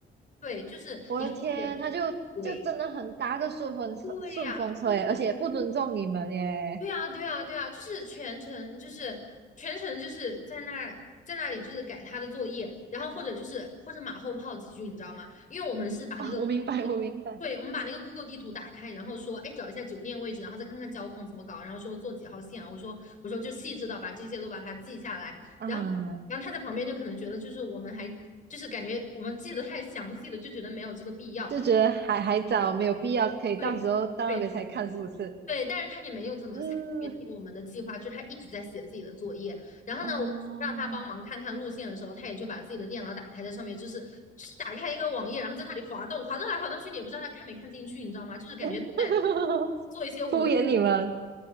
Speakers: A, on the left; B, on the right.
A: 对，就是你可以理解为鬼，
B: 我的天，他就就真的很搭个顺风车，
A: 对呀、
B: 顺风车耶，而且不尊重你们耶。
A: 对啊，对啊，对啊，就是全程，就是全程，就是在那在那里，就是改他的作业，然后或者就是或者马后炮几句，你知道吗？因为我们是把那个，
B: 啊，我明白，我明白。
A: 对，我们把那个 Google 地图打开，然后说，哎，找一下酒店位置，然后再看看交通怎么搞，然后说坐几号线啊？我说我说就细致的把这些都把它记下来，
B: 啊，
A: 然后然后他在旁边就可能觉得就是我们还就是感觉我们记得太详细了，就觉得没有这个必要。
B: 就觉得还还早，没有必要，可以到时候到那边才看，
A: 对对对，
B: 是不是？
A: 对，但是他也没有怎么参与进我们的计划，
B: 嗯，
A: 就是他一直在写自己的作业。然后呢，
B: 哦，
A: 我让他帮忙看看路线的时候，他也就把自己的电脑打开，在上面就是就是打开一个网页，然后在那里滑动，滑动来滑动去，你也不知道他看没看进去，你知道吗？就是感觉在。
B: <laughs>
A: 做一些无用。
B: 敷衍你们，